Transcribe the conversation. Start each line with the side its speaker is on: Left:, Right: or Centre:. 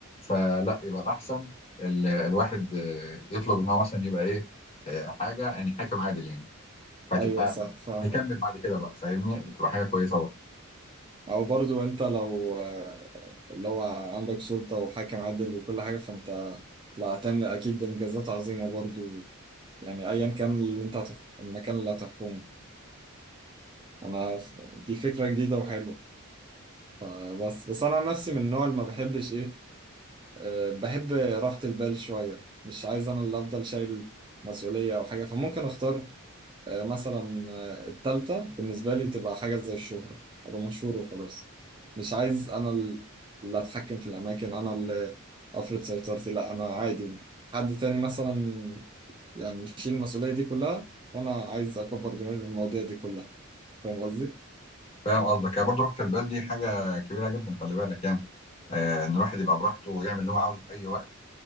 Left: فلا يبقى الاحسن ال- الواحد آه، يطلب ان هو مثلا يبقى ايه آه، حاجه يعني حاكم عادل يعني فتبقى
Right: ايوه صح فاهمك
Left: هيكمل بعد كده بقى فاهمني بتبقى حاجه كويسه برضه
Right: او برضو انت لو آه، لو عندك سلطة وحاكم عادل وكل حاجة فانت لا هتعمل اكيد انجازات عظيمة برضو يعني ايا كان اللي انت هتح... المكان اللي هتحكمه انا ف- دي فكرة جديدة وحلوة فبس بس انا عن نفسي من النوع اللي ما بحبش ايه أه بحب راحة البال شوية مش عايز انا اللي افضل شايل مسؤولية او حاجة فممكن اختار أه مثلا آه، التالتة بالنسبة لي تبقى حاجة زي الشهرة ابقى مشهور وخلاص مش عايز انا ال- اللي اتحكم في الاماكن انا اللي افرض سيطرتي لا انا عادي حد تاني مثلا يعني يشيل المسؤولية دي كلها وانا عايز اكبر دماغي من المواضيع دي كلها فاهم قصدي؟
Left: فاهم قصدك يعني برضه راحه البال دي حاجه كبيره جدا خلي بالك يعني آه، ان الواحد يبقى براحته ويعمل اللي هو عاوزه في اي وقت